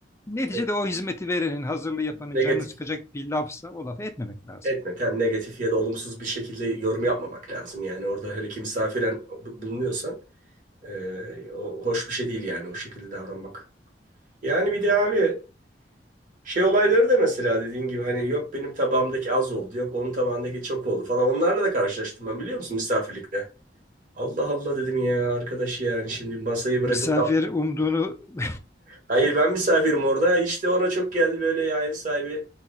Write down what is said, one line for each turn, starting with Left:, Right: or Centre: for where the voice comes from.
Left: neticede
Right: Ne-
Left: o hizmeti verenin, hazırlığı yapanın
Right: Negatif
Left: canını sıkacak bir lafsa o lafı etmemek lazım.
Right: etme. Tabii negatif ya da olumsuz bir şekilde yorum yapmamak lazım. Yani orada hele ki misafiren bu- bulunuyorsan e, o hoş bir şey değil yani o şekilde davranmak. Yani bir de abi Şey olayları da mesela dediğin gibi hani yok benim tabağımdaki az oldu, yok onun tabağındaki çok oldu falan. Onlarla da karşılaştım ben biliyor musun misafirlikte. Allah Allah dedim ya arkadaş yani şimdi masayı bırakıp
Left: Misafir
Right: kal.
Left: umduğunu <laughs>
Right: Hayır ben misafirim orada. İşte ona çok geldi böyle ya ev sahibi